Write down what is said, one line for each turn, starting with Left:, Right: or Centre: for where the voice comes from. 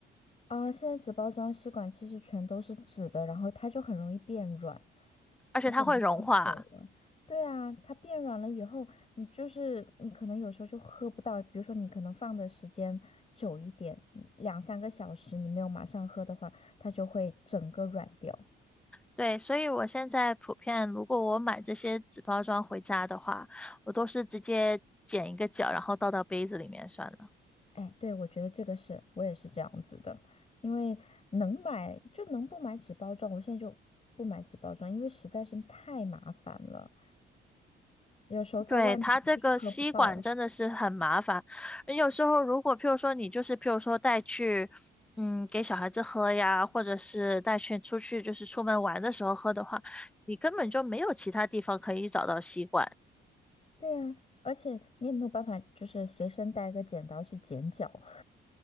Left: 啊，现在纸包装吸管其实全都是纸的，然后它就很容易变软，
Centre: 而且它会融化。
Left: 你可能放久了。对啊，它变软了以后，你就是你可能有时候就喝不到，比如说你可能放的时间久一点，你两三个小时你没有马上喝的话，它就会整个软掉。
Centre: 对，所以我现在普遍，如果我买这些纸包装回家的话，我都是直接剪一个角，然后倒到杯子里面算了。
Left: 哎，对，我觉得这个是我也是这样子的，因为能买就能不买纸包装，我现在就不买纸包装，因为实在是太麻烦了，有时候在外面就是喝不到。
Centre: 对，它这个吸管真的是很麻烦。有时候如果譬如说你就是譬如说带去，嗯，给小孩子喝呀，或者是带去出去就是出门玩的时候喝的话，你根本就没有其他地方可以找到吸管。
Left: 对呀，而且你也没有办法，就是随身带个剪刀去剪脚。<laughs>